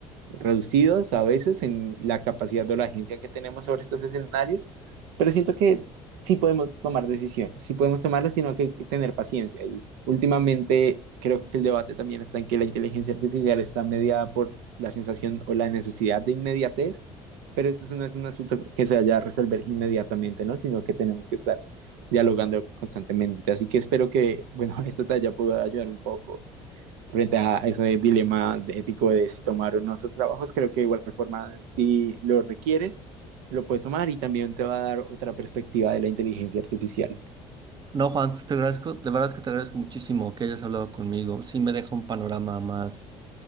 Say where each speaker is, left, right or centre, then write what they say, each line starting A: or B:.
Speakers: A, on the right; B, on the right.
A: reducidos a veces en la capacidad o la agencia que tenemos sobre estos escenarios, pero siento que sí podemos tomar decisiones, sí podemos tomarlas, sino que hay que tener paciencia. Y últimamente creo que el debate también está en que la inteligencia artificial está mediada por la sensación o la necesidad de inmediatez, pero esto no es un asunto que se vaya a resolver inmediatamente, ¿no? Sino que tenemos que estar dialogando constantemente. Así que espero que, bueno, <laughs> esto te haya podido ayudar un poco frente a ese dilema de- ético de si tomar o no esos trabajos, creo que de igual forma, si lo requieres, lo puedes tomar y también te va a dar otra perspectiva de la inteligencia artificial.
B: No, Juan, pues te agradezco, de verdad es que te agradezco muchísimo que hayas hablado conmigo. Sí me deja un panorama más,